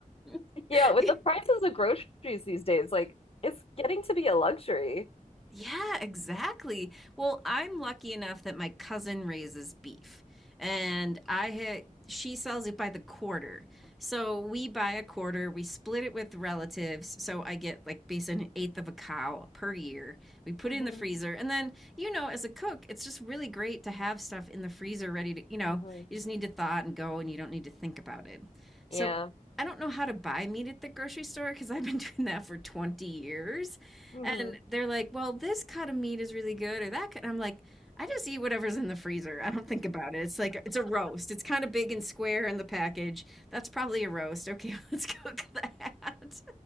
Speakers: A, in the centre; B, on the left.
A: <laughs>
B: yeah. With the prices of groceries these days, like, it's getting to be a luxury.
A: Yeah, exactly. Well, I'm lucky enough that my cousin raises beef and I ha she sells it by the quarter. So we buy a quarter, we split it with relatives. So I get like basically an eighth of a cow per year. We put
B: hmm
A: it in the freezer. And then, you know, as a cook, it's just really great to have stuff in the freezer ready to, you know,
B: hmm
A: you just need to thaw it and go and you don't need to think about it. So
B: Yeah.
A: I don't know how to buy meat at the grocery store because I've been <laughs> doing that for 20 years.
B: hmm
A: And they're like, well, this cut of meat is really good, or that cut. I'm like, I just eat whatever's in the freezer. I don't think about it. It's like, it's a roast. It's kind of big and square in the package. That's probably a roast. Okay, <laughs> let's cook that.